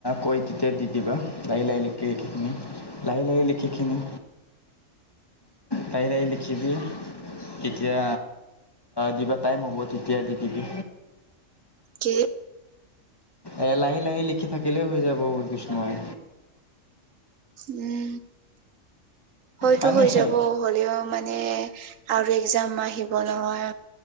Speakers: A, on the left; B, on the right.
A: কৈ তেতিয়া দি দিবা, লাহে লাহে লিখিখিনি। লাহে লাহে লিখিকিনি লাহে লাহে লাহ লিখিবি। কেতিয়া দিবা টাইম হ'ব তেতিয়া দি দিবি।
B: কি?
A: এ' লাহে লাহে লিখি থাকিলে হৈ যাব বুলি কৈছোঁ মই।
B: উম। হয়তো
A: মানে
B: হৈ যাব, হ'লেও মানে। আৰু একজম আহিব নহয়,